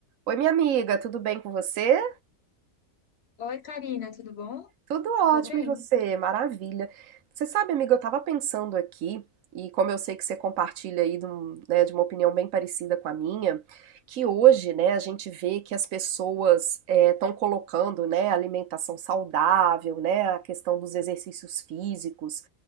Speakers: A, on the right; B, on the left.
A: Oi, minha amiga, tudo bem com você?
B: Oi, Karina, tudo bom?
A: Tudo ótimo,
B: Tô bem.
A: e você? Maravilha. Você sabe, amiga, eu estava pensando aqui, e como eu sei que você compartilha aí de, um- né, de uma opinião bem parecida com a minha, que hoje, né, a gente vê que as pessoas estão colocando, né, alimentação saudável, né, a questão dos exercícios físicos,